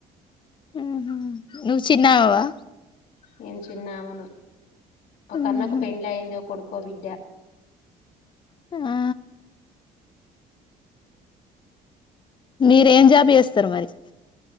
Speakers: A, on the left; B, on the left.
A: ఉహు నువ్ చిన్నామవా.
B: నేను చిన్నామను. ఒక
A: ఉహు
B: అన్నకు పెండ్లి అయింది. ఒక కో బిడ్డ
A: ఆ మీరు ఏం జాబ్ చేస్తారు మరి.